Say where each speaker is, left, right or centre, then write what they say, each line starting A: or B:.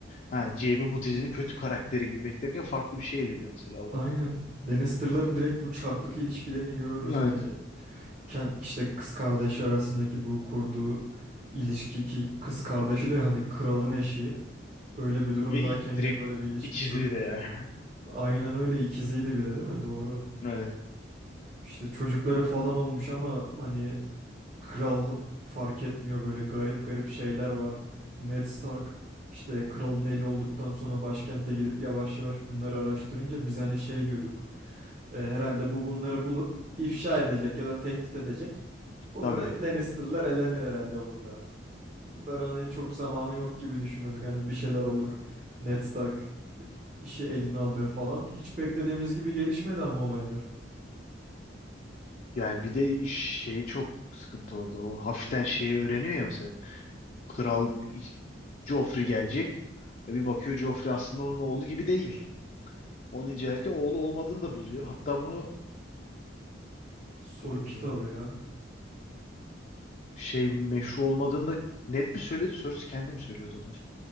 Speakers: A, on the left; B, on the right.
A: Ha, Jaime bu dizinin kötü karakteri gibi beklerken farklı bir şey evriliyor mesela o
B: Aynen.
A: da.
B: Lannister'ların direkt bu çarpık ilişkilerini görüyoruz.
A: Evet.
B: Hani ken- işte kız kardeşi arasındaki bu kurduğu ilişki ki kız kardeşi de hani kralın eşi. Öyle bir durumdayken
A: Ve iyi
B: yine
A: direkt
B: böyle bir ilişki
A: ikizli
B: sürdürüyorlar.
A: de yani.
B: Aynen öyle ikiziydi bir de değil mi? Doğru.
A: <laughs> Evet.
B: İşte çocukları falan olmuş ama hani Kral fark etmiyor böyle garip garip şeyler var. Ned Stark işte kralın eli olduktan sonra başkente gidip yavaş yavaş bunları araştırınca biz hani şey diyorduk. "E, herhalde bu bunları bulup ifşa edecek ya da tehdit edecek. Bunlar
A: Tabii.
B: Lannister'lar elenir herhalde burada. Bunların hani çok zamanı yok gibi düşünüyorduk. Hani bir şeyler olur. Ned Stark işi eline alır falan. Hiç beklediğimiz gibi gelişmedi ama olaylar.
A: Yani bir de şey çok sıkıntı orada. O hafiften şeyi öğreniyor ya mesela. Kral Joffrey gelecek. E bir bakıyor Joffrey aslında onun oğlu gibi değil. Onu incelerken oğlu olmadığını da buluyor. Hatta bunu
B: Soy
A: e,
B: kitabı ya.
A: şey meşru olmadığını da net mi söyledi? Cersei kendim söylüyordu onu.